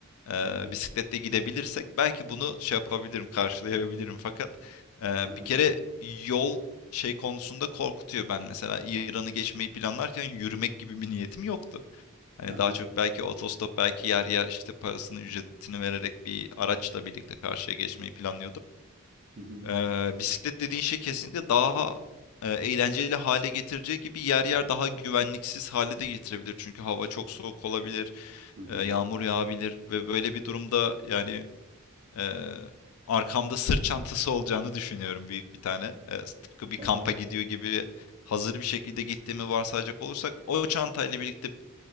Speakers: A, on the left; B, on the right.
A: eee,
B: aha,
A: bisikletle gidebilirsek belki bunu şey yapabilirim, karşılayabilirim. Fakat, eee,
B: aha,
A: bir kere yol şey konusunda korkutuyor. Ben mesela İran'ı geçmeyi planlarken yürümek gibi bir niyetim yoktu. Hani,
B: aha,
A: daha çok belki otostop, belki yer yer, işte, parasını, ücretini vererek bir araçla birlikte karşıya geçmeyi planlıyordum.
B: hı hı,
A: Ee, bisiklet dediğin şey kesinlikle daha e, eğlenceli hale getireceği gibi yer yer daha güvenliksiz hale de getirebilir. Çünkü hava çok soğuk olabilir,
B: hı hı,
A: e, yağmur yağabilir ve böyle bir durumda yani e, arkamda sırt çantası olacağını düşünüyorum büyük bir tane. E, tıpkı bir kampa
B: aha.
A: gidiyor gibi hazır bir şekilde gittiğimi varsayacak olursak o çantayla birlikte